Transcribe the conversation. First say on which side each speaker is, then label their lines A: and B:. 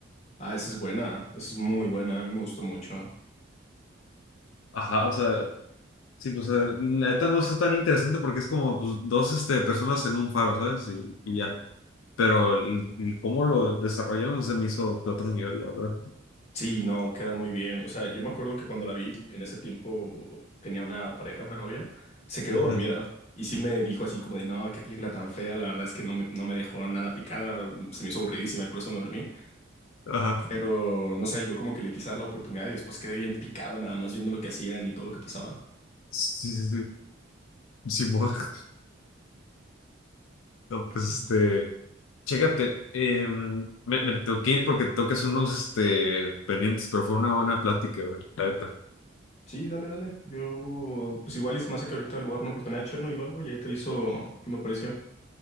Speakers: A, on the left; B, on the left.
A: Ah, esa es buena, esa es muy buena, a mí me gustó mucho.
B: Ajá, o sea, sí, pues eh, la neta no está tan interesante porque es como pues, dos este, personas en un faro, ¿sabes? Y, y ya. Pero el, el cómo lo desarrollaron se me hizo de otro nivel, la verdad.
A: Sí, no, queda muy bien. O sea, yo me acuerdo que cuando la vi, en ese tiempo tenía una pareja, una novia, se quedó
B: Ujú,
A: dormida y sí me dijo así como de, no, qué película tan fea, la verdad es que no me, no me dejó nada picada, se me hizo aburridísima y por eso me dormí.
B: Ajá.
A: Pero, no sé, yo como que le quise dar la oportunidad y después quedé bien picado nada más viendo lo que hacían y todo lo que pasaba.
B: Sí, sí, sí. Simón. <laughs> No, pues este,
A: Mm.
B: chécate, eh, me, me tengo que ir porque tengo que unos este, pendientes, pero fue una buena plática, güey, la neta.
A: Sí, dale, dale. Yo, pues igual y se me hace que ahorita le voy a dar una oportunidad a Chernobyl o algo y ahí te aviso qué me pareció.